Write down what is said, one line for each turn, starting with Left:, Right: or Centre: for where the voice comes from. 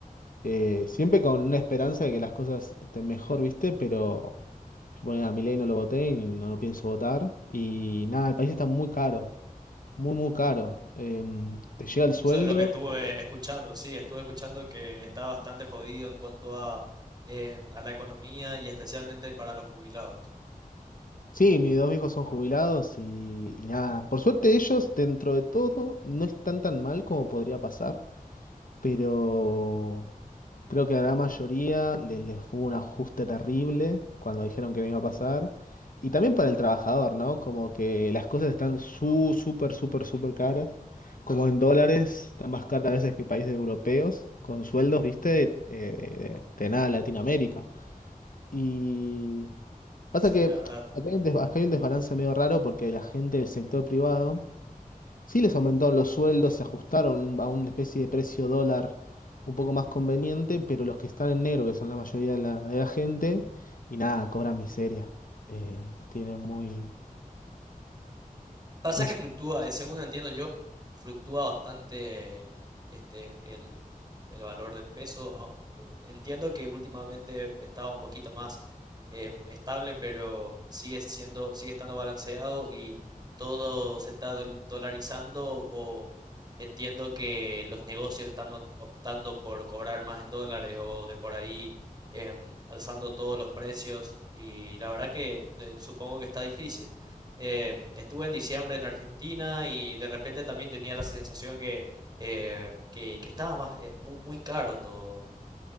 Left: eh, siempre con una esperanza de que las cosas estén mejor, ¿viste? Pero yo ponía a Milei no lo voté y no lo pienso votar. Y nada, el país está muy caro, muy, muy caro. Em, te llega el sueldo.
Right: Eso es lo que estuve escuchando, sí, estuve escuchando que está bastante jodido en cuanto a, eh, a la economía y especialmente para los jubilados.
Left: Sí, mis dos hijos son jubilados y, y nada. Por suerte ellos, dentro de todo, no están tan mal como podría pasar. pero creo que a la gran mayoría le- les, fue un ajuste terrible cuando dijeron que no iba a pasar. Y también para el trabajador, ¿no? Como que las cosas están su, súper, súper, súper caras. Como en dólares, está más cara a veces que países europeos, con sueldos, viste, eh, de, de- de nada, Latinoamérica. Y pasa
Right: Sí,
Left: que
Right: la verdad.
Left: acá hay un des- acá hay un desbalance medio raro porque la gente del sector privado Sí les aumentaron los sueldos, se ajustaron a una especie de precio dólar un poco más conveniente, pero los que están en negro, que son la mayoría de la, de la gente, y nada, cobran miseria. Eh, tienen muy...
Right: Pasa
Left: No
Right: que
Left: sé.
Right: fluctúa, eh, según entiendo yo, fluctúa bastante este el, el valor del peso. Au- eh, Entiendo que últimamente estaba un poquito más em, estable, pero sigue siendo, sigue estando balanceado y todo se está dol- dolarizando o entiendo que los negocios están opt- optando por cobrar más en dólares o de por ahí em, alzando todos los precios y la verdad que eh, supongo que está difícil eh, estuve en diciembre en Argentina y de repente también tenía la sensación que, eh, que, que estaba más, eh, muy, muy caro todo.